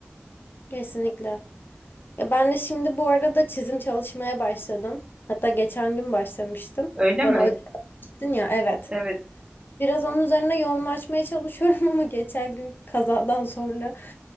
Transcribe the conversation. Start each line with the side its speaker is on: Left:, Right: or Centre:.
Left: Kesinlikle. Ya ben de şimdi bu arada çizim çalışmaya başladım. Hatta geçen gün başlamıştım.
Right: Öyle
Left: Bana
Right: mi?
Left: ödev atmıştın ya, evet.
Right: Evet.
Left: Biraz onun üzerine yoğunlaşmaya çalışıyorum <laughs> ama geçen gün kazadan sonra